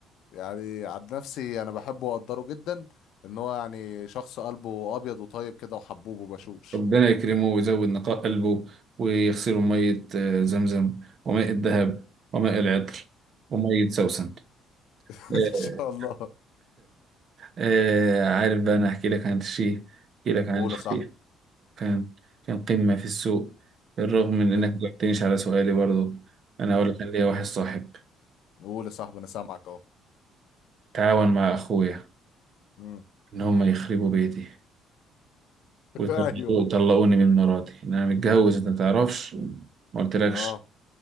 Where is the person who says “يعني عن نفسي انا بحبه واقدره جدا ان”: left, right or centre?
Left